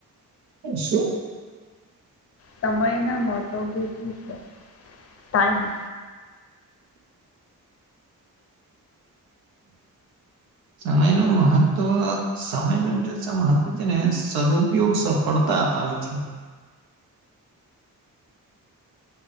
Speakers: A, on the right; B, on the left.
A: હ શું?
B: સમય ના મહત્વ્ય શું છે? ટાઈમ.
A: સમયનું મહત્વ સમયનું જે મહત્વ છે ને સદઉપયોગ સફળતા અપાવે છે.